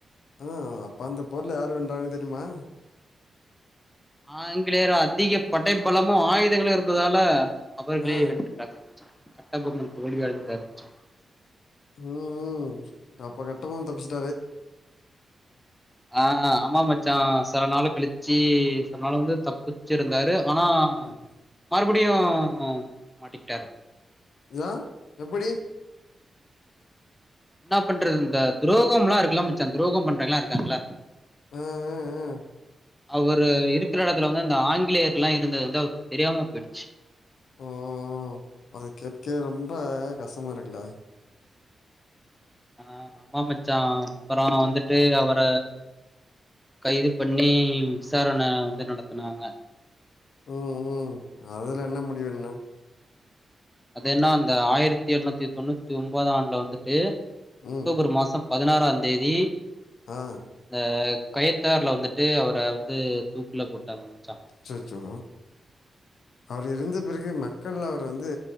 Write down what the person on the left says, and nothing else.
ஆ அப்ப அந்த பொர்ல யாரு வென்றாங்கன்னு தெரியுமா?
ஆ
ம் ம் அப்ப கட்டபொம் தப்பிச்சுட்டாரு
ம்
யா எப்படி?
ஆ அ அ
ஓ அது கேட்கவே ரொம்ப கஷ்டமா இருக்குல்ல
ம் ம் அதுல என்ன முடிவு என்ன
ம்
ஆ
அச்சச்சோ அவர் இறந்த பிறகு மக்கள் அவர வந்து